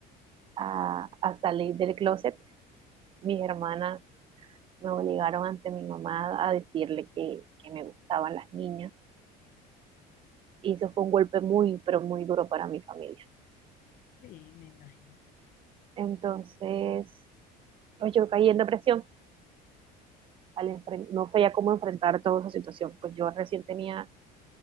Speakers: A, on the right (about 30°); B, on the left (about 50°).
A: a, a salir del closet. Mis hermanas me obligaron ante mi mamá a decirle que, que me gustaban las niñas Y eso fue un golpe muy, pero muy duro para mi familia.
B: Sí, me imagino.
A: Entonces, pues yo caí en depresión. Al enfren- no sabía cómo enfrentar toda esa situación. Pues yo recién tenía